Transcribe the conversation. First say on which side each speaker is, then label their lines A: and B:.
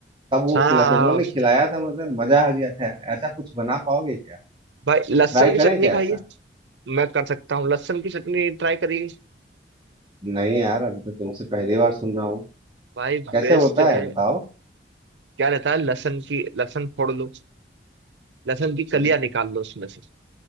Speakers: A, on the right (about 25°); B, on the right (about 90°).
A: तब वो
B: हाँ,
A: खिलाते उन्होंने
B: हाँ।
A: खिलाया था मतलब मजा आ गया था यार ऐसा कुछ बना पाओगे क्या
B: भाई लहसुन
A: ट्राई
B: की चटनी
A: करें क्या
B: खाइए
A: ऐसा
B: मैं कर सकता हूँ लहसुन की चटनी ट्राई करिए
A: नहीं यार अभी तो तुमसे पहली बार सुन रहा हूँ
B: भाई
A: कैसे
B: बेस्ट
A: होता
B: है
A: है बताओ
B: क्या रहता है लहसुन की लहसुन फोड़ लो लहसुन की कलियां
A: हम्म,
B: निकाल लो उसमें से